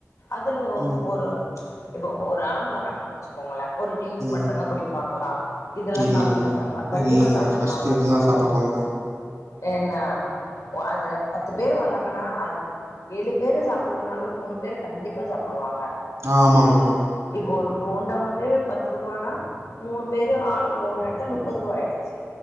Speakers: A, on the left; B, on the right.
A: அதுல
B: ம்
A: ஒரு இப்ப ஒரு ஆள் வராங்கனு வச்சுக்கோங்களே ஒரு டீ
B: ம்
A: மட்ருதா குடிப்பாங்களா இதெல்லா
B: இல்லங்க
A: சாப்ட மாட்டாங்களா கண்டிப்பா
B: இல்லங்க
A: சாப்டுவாங்க
B: ஃபஸ்ட்டு இதுதா சாப்புடுவாங்க
A: என்ன அதுல பத்து பேரு வராங்கன்னா அதுல ஏழு பேரு சாப்டலனாலு மூணு பேரு கண்டிப்பா சாப்புடுவாங்க
B: ஆமாங்க
A: இப்போ ஒரு போண்டா வந்து பத் த்ருவானா மூணு பேரு ஆளுக்கு ஒன்னு எடுத்தா நுப்பதுரூவா ஆயிடு ச்சு